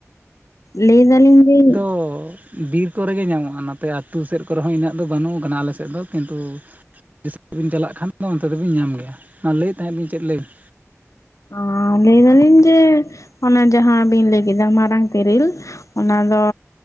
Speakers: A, on the left; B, on the right.
A: ᱞᱮᱹᱭ ᱫᱟᱹᱞᱤᱧ ᱡᱮ
B: ᱚᱻ ᱵᱤᱨ ᱠᱚᱨᱮ ᱜᱮ ᱧᱟᱢᱚᱜᱼᱟ ᱱᱟᱛᱮ ᱟᱛᱩ ᱥᱮᱫ ᱠᱚᱨᱮ ᱦᱚᱸ ᱤᱱᱟᱹᱜ ᱫᱚ ᱵᱟᱹᱱᱩᱜ ᱟ ᱠᱟᱱᱟ ᱟᱞᱮ ᱥᱮᱫ ᱫᱚ ᱠᱤᱱᱛᱩ <unintelligible> ᱵᱤᱱ ᱪᱟᱞᱟᱜ ᱠᱷᱟᱱ ᱫᱚ ᱚᱱᱛᱮ ᱫᱚᱵᱤᱱ ᱧᱟᱢ ᱜᱮᱭᱟ ᱢᱟ ᱞᱟᱹᱭ ᱛᱟᱦᱮᱸᱫ ᱵᱤᱱ ᱪᱮᱫ ᱞᱟᱹᱭ ᱵᱤᱱ
A: ᱚᱸ ᱞᱟᱹᱭ ᱫᱟᱹᱞᱤᱧ ᱡᱮ ᱚᱱᱮ ᱡᱟᱦᱟᱸ ᱵᱤᱱ ᱞᱟᱹᱭ ᱠᱮᱫᱟ ᱢᱟᱨᱟᱝ ᱛᱮᱨᱮᱞ ᱚᱱᱟ ᱫᱚ